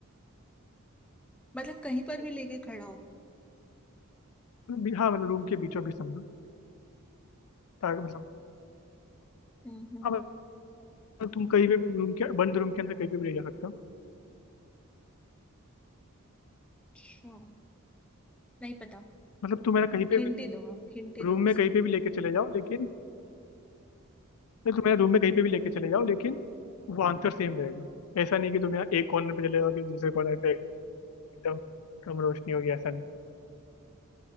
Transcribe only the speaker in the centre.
मतलब कहीं पर भी लेके खड़ा हो
हम्म हम्म
अच्छा नहीं पता
हिंटे
दो आप हिंटे
दो
इसका